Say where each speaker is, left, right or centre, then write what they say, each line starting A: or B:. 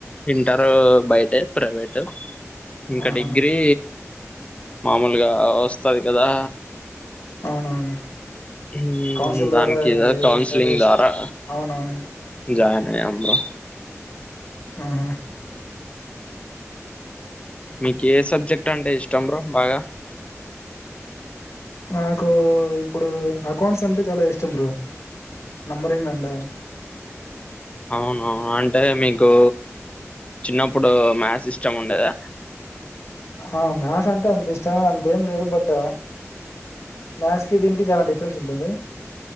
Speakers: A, on the left; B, on the left.
A: ఇంటరు బయటే ప్రైవేటు ఇంకా
B: ఆహా
A: డిగ్రీ మామూలుగా వస్తది కదా
B: అవునవును
A: ఉమ్
B: కౌన్సిల్ ద్వారా
A: దానికిద
B: ఏది
A: కౌన్సిలింగ్
B: కాలేజెస్
A: ద్వారా
B: అవునవును
A: జాయిన్ అయ్యాం బ్రో
B: ఆహా
A: మీకి ఏ సబ్జెక్ట్ అంటే ఇష్టం బ్రో బాగా
B: నాకు ఇప్పుడు అకౌంట్స్ అంటే చాలా ఇష్టం బ్రో నంబరింగ్ అంటే
A: అవునవును అంటే మీకు చిన్నప్పుడు మ్యాస్ ఇష్టం ఉండేదా
B: ఆ మ్యాస్ అంటే అంత ఇష్టమే అంతేం లేదు బట్ మ్యాస్ కి దీనికి చాలా డిఫెరెంట్ ఉంటుంది